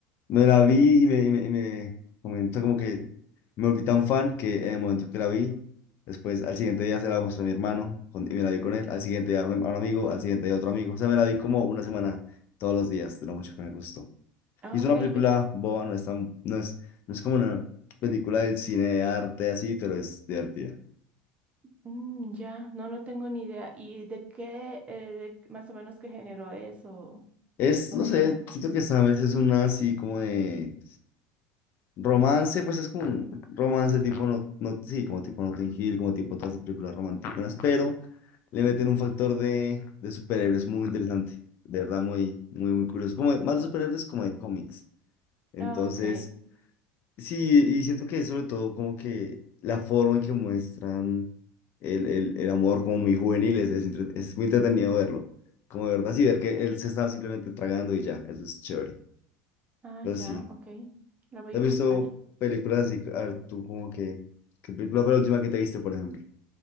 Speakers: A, on the left; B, on the right.
A: Me la vi y me, y me, y me comentó como que me volví tan fan que en el momento que la vi, después al siguiente día se la mostré a mi hermano con- y me la vi con él, al siguiente día a un a un amigo, al siguiente día a otro amigo. O sea, me la vi como una semana todos los días, de lo mucho que me gustó.
B: Ah,
A: Y es
B: Ok,
A: una película
B: pe-
A: boba, no es tan- no es, no es como una película del cine de arte así, pero es divertida.
B: mm, ya, no, no tengo ni idea. ¿Y de qué, eh, de- más o menos qué género es o,
A: Es,
B: o
A: no
B: de
A: sé,
B: qué va?
A: siento que esta vez es una así como de Romance, pues es como un romance tipo, no, no, sí, como tipo Notting Hill, como tipo todas las películas románticas, pero le
B: ¿Mm?
A: meten un factor de, de superhéroes muy interesante, de verdad, muy, muy, muy curioso. Como de- más de superhéroes como de cómics. Entonces,
B: Ah, ok.
A: sí, y siento que sobre todo como que la forma en que muestran el, el, el amor como muy juvenil es, es, entre- es muy entretenido verlo. Como de verdad, sí, ver que él se estaba simplemente tragando y ya, eso es chévere.
B: Ah,
A: Pero
B: ya,
A: sí.
B: ok. La voy
A: ¿Has
B: a
A: visto
B: buscar.
A: películas así? A ver, tú como que... ¿Qué película fue la última que te viste, por ejemplo?